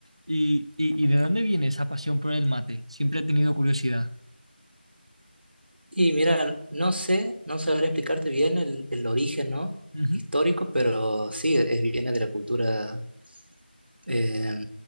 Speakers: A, on the right; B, on the right.
A: ¿Y, y, y de dónde viene esa pasión por el mate? Siempre he tenido curiosidad.
B: Y mira, no sé, no sabré explicarte bien el, el origen, ¿no?
A: Ujú.
B: Histórico, pero sí, es, viene de la cultura eh,